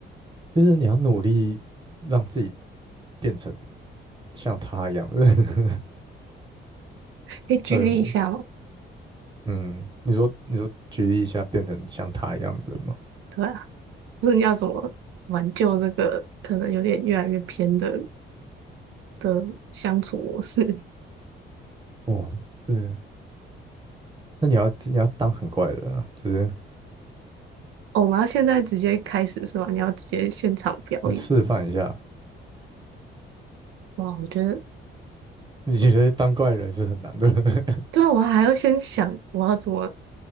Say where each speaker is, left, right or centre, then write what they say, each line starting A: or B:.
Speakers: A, on the right; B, on the right.
A: 就是你要努力让自己变成。像他一样的人。<laughs>
B: 可以举例一下吗？
A: 对，我，嗯，你说你说举例一下，变成像他一样的人吗？
B: 对啊，或者你要怎么挽救这个可能有点越来越偏的的相处模式？
A: 哦，是，那你要你要当很怪的人啊，就是
B: 哦，我们要现在直接开始是吗？你要直接现场表演？
A: 呃示范一下。
B: 哇，我觉得
A: 你觉得当怪人是很难的？<laughs>
B: 对啊，我还要先想我要怎么